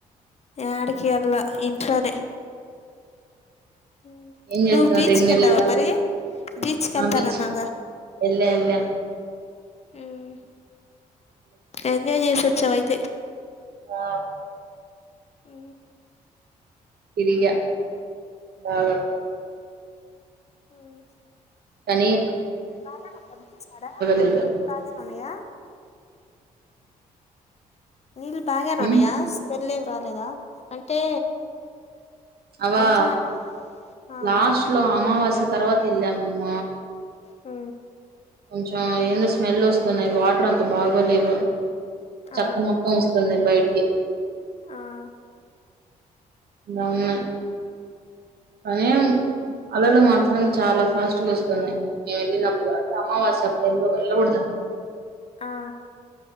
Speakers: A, on the left (about 35°); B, on the right (about 65°).
A: ఆడికి ఎల్ళ ఇంట్లోనే ఉమ్.
B: ఏం చేస్తున్నారు
A: నువ్వు బీచ్కి
B: రెండు నెల్లు
A: వెళ్ళావా
B: కా
A: మరి బీచ్కి వెళ్తానన్నావుగా
B: ఆ బ ఎల్ల ఎల్ల
A: ఉమ్. ఎంజాయ్ చేసొచ్చావయితే
B: ఆ
A: ఉ
B: తిరిగా బాగా
A: ఆహ
B: కనీ
A: బాగానాచడా
B: లేదు
A: బాగానా ఉన్నాయా నీళ్ళు బాగానే
B: ఉమ్
A: ఉన్నాయా స్పెల్ ఏవి రాలేదా అంటే
B: అవా
A: మంచిగానా ఆ
B: లాస్ట్లో అమావాస్య తర్వాత వెళ్ళా మమ
A: ఆ
B: కొంచెం ఏందో స్మెల్ వస్తున్నాయి వాటర్ అంత బాగోలేవు చెత్త
A: ఆ
B: మొత్తం వస్తుంది బయటికి
A: ఆ
B: ఇ ఉన్నాయ్ పనీ అలల మాట్ చాలా ఫాస్ట్గా వస్తున్నాయ్ మేము వెళ్లినప్ అంటే అమావాస్య నెల్లో ఎల్ల కూడద
A: ఆ